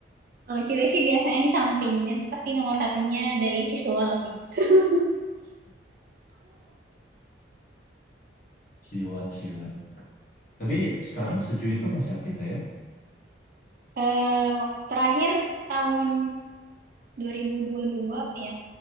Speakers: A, on the right (about 50°); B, on the left (about 50°).
A: Kalau cewek sih biasanya di samping dan pasti nomor satunya dari visual sih. <laughs>
B: Siwon, Siwon. Tapi sekarang Suju itu masih aktif nggak ya?
A: Eh, wak- terakhir tahun dua ribu dua puluh dua apa ya?